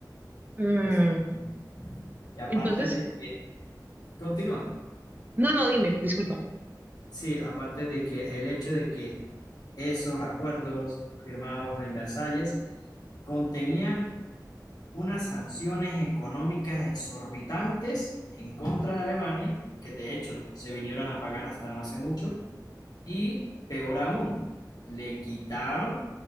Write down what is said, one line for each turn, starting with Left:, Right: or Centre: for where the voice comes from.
Right: Mm,
Left: Exacto. Y aparte
Right: Entonces,
Left: de que, continúa,
Right: no, no, dime, disculpa.
Left: sí, aparte de que el hecho de que Esos acuerdos firmados en Versalles contenían unas sanciones económicas exorbitantes en contra de Alemania, que de hecho se vinieron a pagar hasta no hace mucho, y peor aún, le quitaron